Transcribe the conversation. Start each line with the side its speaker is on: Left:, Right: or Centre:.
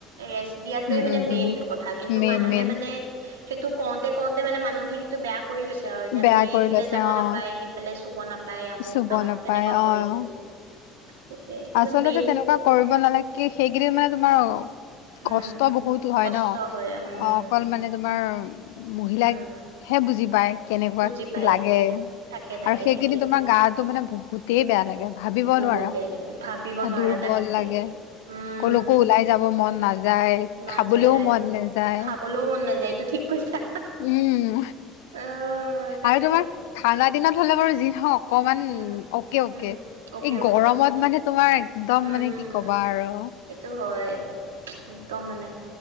Right: ৰে দিয় সেইোৱে
Left: উম,
Right: মানে
Left: উম,
Right: মেইন
Left: উম,
Right: কথা কিন্তু
Left: মেইন,
Right: মানুহে
Left: মেইন
Right: মানে সেইটো কওঁতে কওঁতে মানে মানুহে সেইটো বেয়া কৰি লৈছে আৰু যে
Left: বেয়া
Right: মানে
Left: কৰি
Right: এইফালে
Left: লৈছে
Right: যাব
Left: অ',
Right: নাপায় সেইফালে চুব নাপায় আমুক
Left: চুব
Right: তামুক
Left: নাপায়
Right: তেনেকুৱা
Left: অ',
Right: কৰি দিয়ে সেইটোৱে কিন্তু
Left: আচলতে
Right: মেইন
Left: তেনেকুৱা
Right: কথা
Left: কৰিব নালাগে কি সেইকেইিনি মানে তোমাৰ
Right: উম।
Left: কষ্ট বহুত হয়
Right: কষ্ট
Left: ন
Right: হয় উম,
Left: অ অকল মানে তোমাৰ মহিলাকহে
Right: উম,
Left: বুজি পায় কেনেকুৱা
Right: বুজি পায়
Left: লাগে
Right: তাকে তাকে
Left: আৰু সেইখিনি
Right: ঠিকেই
Left: তোমাৰ গাটো মানে বহুত তে বেয়া লাগে। ভাবিব
Right: বহুত
Left: নোৱাৰা।
Right: বেয়া লাগে ভাবিব নোৱাৰা
Left: দুৰ
Right: তাকে
Left: বল লাগে
Right: উম।
Left: কলৈকো ওলাই যাব মন নাযায়।
Right: নাযায়
Left: খাবলৈও মন নাযায়
Right: খাবলৈও মন নাযায় টো ঠিক কৈছা।
Left: উম
Right: আহ তাকে
Left: আৰু তোমাৰ খানা দিনত হ'লে বাৰু যি হওক অকমান
Right: উম
Left: অকে অকে
Right: উম অকে
Left: এই
Right: অকে
Left: গৰমত
Right: অ
Left: মানে তোমাৰ একদম
Right: উম
Left: মানে কি কবা আৰু
Right: সেইটো হয় একদম মানে